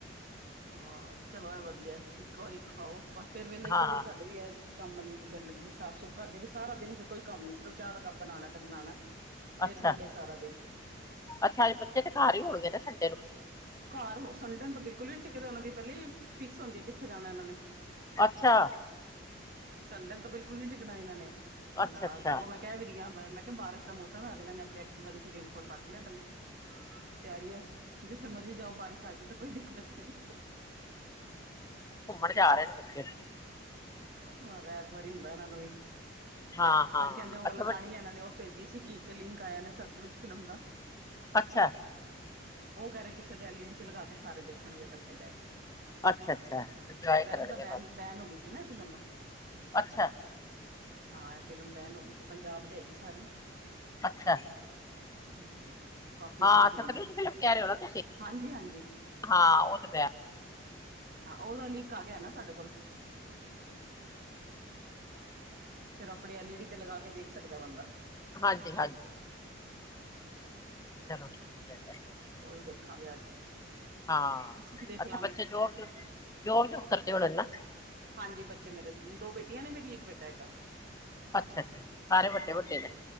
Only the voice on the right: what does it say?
ਆਓ ਚਲੋ ਐ ਵਧੀਆ ਇੱਕ ਵਾਰੀ ਖਾਓ, ਬਸ ਫੇਰ ਵੇਲੇ ਇੱਕ
ਵਾਰੀ ਸਾਡੇ ਵੀ <unintelligible> ਕੰੰਮ ਵਾਲੀ ਵਿਚਾਰੀ ਲੱਗੀ ਸਾਫ਼ ਸੁਫ਼ ਕਰ ਦੇਗੀ, ਸਾਰਾ ਦਿਨ ਫਿਰ ਕੋਈ ਕੰਮ ਨੀ ਸਿਰਫ ਚਾਹ ਦਾ ਕਪ ਬਣਾਣਾ ਤੇ ਬਣਾਨੈ। ਫੇਰ
ਵੇਲੇ ਸਾਰਾ ਦਿਨ। ਛੁੱਟੀ
ਘਰ ਸੰਡੇ ਨੂੰ ਤਾਂ ਬਿਲਕੁੱਲ ਈ <unintelligible> ਤੇ ਓਨਾਂ ਦੀ ਪੈਲੀ ਫਿਕਸ ਹੁੰਦੀ ਐ ਕਿੱਥੇ ਜਾਣਾ ਏਨਾਂ ਨੇ।
ਸੰਡੇ ਨੂੰ ਤਾਂ ਬਿਲਕੁੱਲ ਨੀ ਟਿਕਣਾ ਏਨਾਂ ਨੇ
ਨਾਲ
ਸਗੋਂ ਮੈਂ ਕੈ ਵੀ ਰਈ ਮੈਂ-ਮੈਂ ਕਿਆ ਬਾਰਸ਼ ਦਾ ਮੌਸਮ ਐ ਅਗਿਲਿਆਂ ਨੇ ਆਪਣੀ ਐਕਟੀਵਾ ਚ ਰੇਨਕੋਟ ਰੱਖ ਲਿਆ ਪੈਲੀ। ਤਿਆਰੀ ਐ ਜਿੱਥੇ ਮਰਜ਼ੀ ਜਾਓ ਬਾਰਿਸ਼ ਆ ਗਈ ਤਾਂ ਕੋਈ ਦਿੱਕਤ ਨੀ।
<unintelligible> ਤਵਾਰੀ ਹੁੰਦਾ ਐਨਾਂ ਦਾ ਵੀ
ਅੱਜ ਕੇਂਦੇ ਹੋਰ
ਲਗਾਣੀ ਆ ਏਨਾਂ ਨੇ ਓ ਭੇਜੀ ਸੀਗੀ ਇੱਕ ਲਿੰਕ ਆਇਆ ਨਾ ਸਤਲੁਜ ਫਿਲਮ ਦਾ।
ਓ ਕੈਰੇ ਕਿਸੇ ਦੇ ਐਲ ਈਡ ਚ ਲਗਾ ਕੇ ਸਾਰੇ ਦੇਖਣਗੇ ਇਕੱਠੇ ਬੈ ਕੇ।
ਵੈਸੇ
ਤਾਂ ਬੈਨ-ਬੈਨ
ਹੋਗੀ ਸੀ ਨਾ ਏ ਫਿਲਮ।
ਹਾਂ ਐ ਫਿਲਮ ਬੈਨ ਹੋਗੀ ਸੀ ਪੰਜਾਬ ਤੇ ਹੈਗੀ ਸਾਰੀ।
ਹਾਂ ਕਾਫੀ
ਅੱਛੀ ਫਿਲਮ
ਐ
ਹਾਂਜੀ-ਹਾਂਜੀ।
ਹਾਂ ਓਦਾ ਲਿੰਕ ਆ ਗਿਆ ਨਾ ਸਾਡੇ ਕੋਲ। ਫੇਰ ਆਪਣੀ ਐਲ ਈ ਡੀ ਤੇ ਲਗਾ ਕੇ ਦੇਖ ਸਕਦਾ ਬੰਦਾ।
ਹਾਂ।
ਓਈ ਦੇਖਾਂਗੇ ਅੱਜ।
ਤੁਸੀਂ ਵੀ ਦੇਖ
ਲਾਂਗੇ
ਹਾਂਜੀ, ਬੱਚੇ ਮੇਰੇ ਦੋ ਬੇਟੀਆਂ ਨੇ ਮੇਰੀ ਇੱਕ ਬੇਟਾ ਹੈਗਾ।
ਹਾਂ